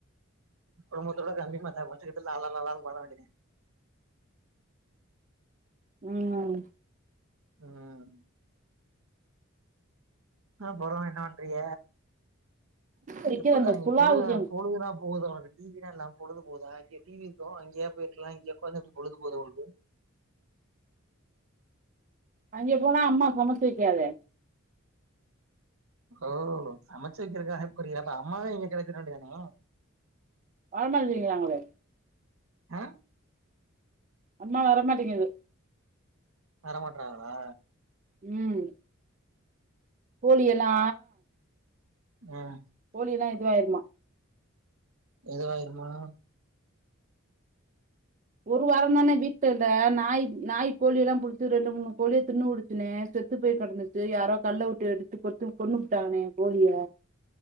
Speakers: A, on the right (about 80°); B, on the right (about 35°).
A: குடும்பத்தோட கம்பி மாத்தாப்பு வச்சிகிட்டு லாலா லாலானு பாட வேண்டியதா
B: ம்
A: ம் அப்புறரோ என்னா பண்றிக
B: வைக்கிற
A: எப்பல்ல
B: அந்த
A: இங்க
B: புலாவுக்கு
A: பொழுதெலா பொழுதெலா போகுது உனக்கு டிவிலா இல்லாம பொழுது போதா இங்க டிவி இருக்கவு அங்யே போயிருக்கலா இங்க உகாந்து எப்டி பொழுது போது உனக்கு
B: அங்கே போனா அம்மா சமச்சி வக்காதே
A: ஓ சமச்சுவக்கிறக்காக போரியா அப்ப அம்மாவையே இங்க கடத்திட வேண்டிதானே
B: வரமாட்டிங்றாகளே
A: ஹ
B: அம்மா வரமாட்டேங்கிது
A: வரமாட்டறாங்ளா
B: ம் கோழியெல்லா
A: ம்
B: கோழி எல்லா இதுவாயிருமா
A: இதுவயிருமானா
B: ஒரு வாரம் தான வீட்ல இல்ல நாய் நாய் கோழி எல்லா புடுச்சி ரெண்டு மூணு கோழிய தின்னு புடுச்சி சுனே செத்து போய் கடந்துச்சி யாரோ கல்ல உட்டு எடுத்து கொன்னு புட்டாங்கன்னே கோழிய